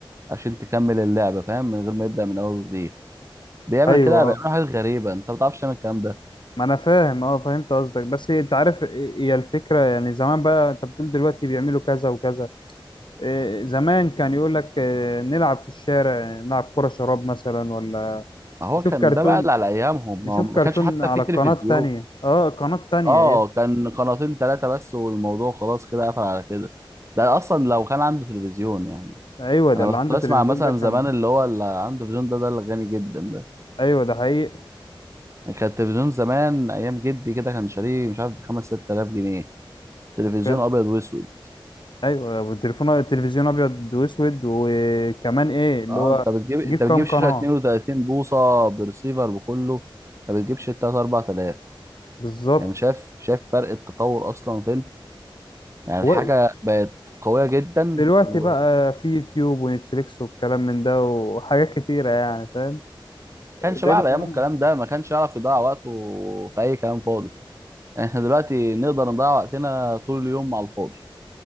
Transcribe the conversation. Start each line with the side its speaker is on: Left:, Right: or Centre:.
Right: عشان تكمل اللعبه فاهم من غير ما يبدا من اول وجديد بيعمل
Left: ايوه
Right: كده بيعمل
Left: آه.
Right: حاجات غريبه انت ما بتعرفش تعمل الكلام ده
Left: ما انا فاهم اه فهمت قصدك بس انت عارف هي الفكره يعني زمان بقى انت بتقول دلوقتي بيعملوا كذا وكذا إيه، زمان كان يقول لك إيه، نلعب في الشارع نلعب كرة شراب مثلا ولا
Right: ما هو
Left: نشوف
Right: كان
Left: كرتون
Right: ده بقى اللي على ايامهم
Left: نشوف
Right: ما هو ما
Left: كرتون
Right: كانش حتى
Left: على
Right: في تلفزيون
Left: القناة التانية اه القناة التانية
Right: اه
Left: ايه
Right: كان قناتين ثلاثه بس والموضوع خلاص كده قفل على كده ده اصلا لو كان عنده تلفزيون يعني
Left: ايوه ده
Right: انا
Left: اللي
Right: كنت
Left: عنده
Right: بسمع
Left: تلفزيون
Right: مثلا
Left: ده كان
Right: زمان اللي هو اللي عنده تلفزيون ده ده اللي غني جدا ده
Left: ايوه ده حقيقي
Right: يعني كان التلفزيون زمان ايام جدي كده كان شاريه مش عارف بخمس ست آلاف جنيه تلفزيون
Left: وكان
Right: ابيض واسود
Left: ايوه والتليفون التلفزيون ابيض واسود وكمان ايه اللي
Right: اه
Left: هو
Right: انت بتجيب انت
Left: تجيب كام
Right: بتجيب
Left: قناة
Right: شاشه 32 بوصه برسيفر بكله ما بتجيبش 3 4000
Left: بالظبط
Right: يعني شايف شايف فرق التطور اصلا فين يعني الحاجه
Left: هو
Right: بقت قويه جدا
Left: دلوقتي
Right: و
Left: بقى في يوتيوب ونتفليكس والكلام من ده وحاجات كتيرة يعني فاهم
Right: كانش
Left: غير
Right: بقى على
Left: زمان
Right: ايامه الكلام ده ما كانش يعرف يضيع وقته في اي كلام فاضي <laughs> احنا دلوقتي نقدر نضيع وقتنا طول اليوم على الفاضي